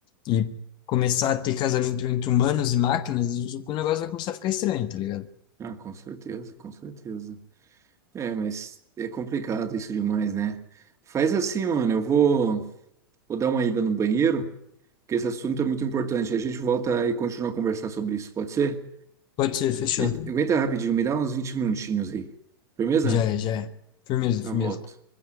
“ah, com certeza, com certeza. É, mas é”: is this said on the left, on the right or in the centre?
Right